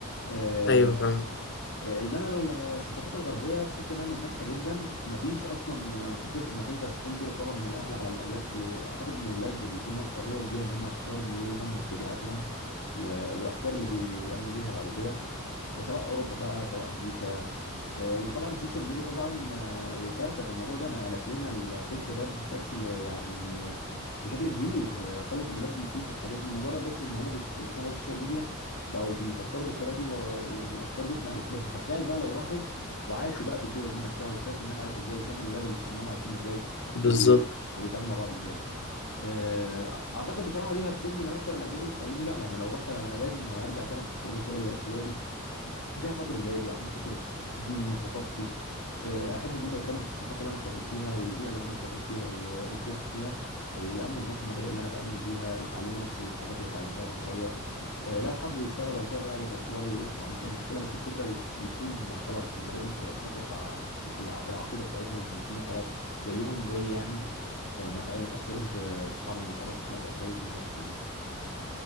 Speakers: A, on the left; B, on the left.
A: آه،
B: أيوه فاهم.
A: آه، انما ال- الثقافات الغربيه تحس انها منفتحه جدا مفيش اصلا آه، فكره انك انت في- يكون في رقابه من الاهل على الاولاد ب- اعتقد ان الاولاد بيكون لهم حريه كبيره ان هم يختاروا ميولهم واتجاهاتهم و- والافكار اللي بيامنوا بيها بعد كده سواء اوروبا بقى سواء امريكا آه، وطبعا السوشيال ميديا طبعا آه، كارثه في الموضوع ده نقلت لنا الفكر ده بشكل آه، يعني آه، بشكل كبير آه، خلت الولاد يشوفوا الحاجات دي مجرد بس ان هما بيتف- بيفتحوا السوشيال ميديا بقوا بيفكروا بالطريقه دي و- وان الافكار دي اتنقلت لهم تخيل بقى لو راحوا وعاشوا بقى في الدول دي نفسها وشافوا الناس عايشه ازاي وشافوا الولاد اللي في سنهم عايشين ازاي
B: بالظبط
A: وبي وبيتعاملوا مع بعض ازاي آه، اعتقد بصراحه دي هتكون من اكتر الاسباب اللي تخليني لا لا انا لو رحت انا لازم هرجع تاني استقر في بلدي واعيش في بلدي عشان خاطر ولادي وعشان خاطر ديني وثقافتي آه، احب ان هم يتربوا في الثقافه اللي انا اتربيت فيها والبيئه اللي انا اتربيت فيها و- وكبرت فيها آه، يامنوا بنفس المبادئ اللي انا بامن بيها يتعلموا نفس الحاجات اللي اتعلمتها وانا صغير آه، لو حبوا يشتغلوا بعد كده بعد ما يكبروا يروحوا ما عنديش اي مشكله بس الفكره ي- يكون خلاص المبادئ دي اترسخت في ع- في الع- في العقيده بتاعتهم ويكونوا خلاص زيهم زي يعني آه، ما تأ- ما يتاثروش ب- باصحابهم ما يتأثروش ما يتأثروش بالناس وكده